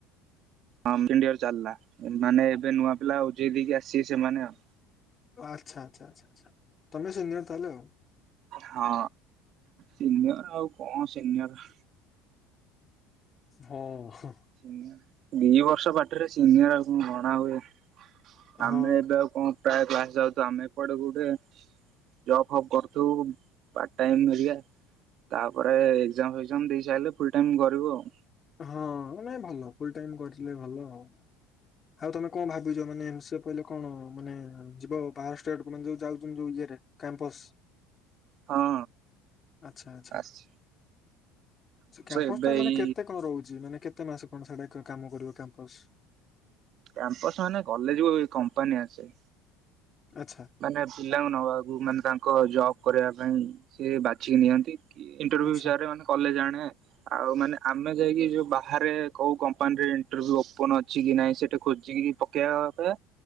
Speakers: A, on the right (about 50°); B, on the left (about 25°).
A: <unintelligible> ୟିଅର ଚାଲିଲା ମାନେ ଏବେ ନୂଆ ପିଲା ଓ ଜେ ଇ ଦେଇକି ଆସିବେ ସେମାନେ ଆଉ।
B: ଆଚ୍ଛା ଆଚ୍ଛା ଆଚ୍ଛା ଆଚ୍ଛା ତମେ ସିିନିୟର ତାହେଲେ ଆଉ।
A: ହଁ ସିନିୟର ଆଉ କଣ ସିନିୟର।
B: ହଁ-ହଁ।
A: <unintelligible> ବର୍ଷ ପାଠରେ ସିନିୟର ଆଉ କଣ ଗଣା ହୁଏ? ଆମେ
B: ହଁ
A: ଏବେ ଆଉ କଣ ପ୍ରାୟ କ୍ଲାସ ଯାଉଛୁ ଆମେ ଏପଟେ କୋଉଠି ଜବ୍ ଫବ୍ କରୁଥୁବୁ ପାର୍ଟ ଟାଇମ୍ ମିଳିଆ, ତାପରେ ଏଗଜାମ୍ ଫେଗଜାମ୍ ଦେଇ ସାରିଲେ ଫୁଲ୍ ଟାଇମ୍ କରିବୁ ଆଉ।
B: ହଁ ନାଇଁ ଭଲ ଫୁଲ ଟାଇମ କରିଥିଲେ ଭଲ ଆଉ। ଆଉ ତମେ କଣ ଭାବିଛ ମାନେ ଏମ୍ ସି ଏ ପଢ଼ିଲେ, କଣ ମାନେ ଯିବ ବାହାର ଷ୍ଟେଟକୁ ମାନେ ଯଉ ଯାଉଛନ୍ତି ଯୋଉ ଗେଟ୍ କ୍ୟାମ୍ପସ୍।
A: ହଁ
B: ଆଛା ଆଛା
A: ଆସିଛି
B: ସେ କ୍ୟାମ୍ପସ
A: ଏବେ
B: ଟା ମାନେ
A: ଏଇ
B: କେ ତେ କଣ ରହୁଛି ମାନେ କେତେ ମାସ କଣ ସେଟା କାମ କରିବ କ୍ୟାମ୍ପସ?
A: କ୍ୟାମ୍ପସ ମାନେ କଲେଜକୁ କମ୍ପାନୀ ଆସେ।
B: ଆଚ୍ଛା
A: ମାନେ ପିଲାଙ୍କୁ
B: ଆଚ୍ଛା
A: ନବାକୁ ମାନେ ତାଙ୍କ ଜବ୍ କରିବା ପାଇଁ ସେ ବାଛିିକି ନିଅନ୍ତି। ଇଣ୍ଟରଭିୟୁ
B: ଆଚ୍ଛା
A: ବିଷୟରେ ମାନେ କଲେଜ ଆଣେ ଆଉ ମାନେ ଆ ଆମେ ଯାଇକି ଯୋଉ ବା ବାହାରେ କୋଉ କମ୍ପାନୀରେ ଇଣ୍ଟରଭ୍ୟୁ ଓପନ ଅଛି କି ନାହିଁ ସେଠି ଖୋଜିକି ପକେଇବା ଅପେକ୍ଷା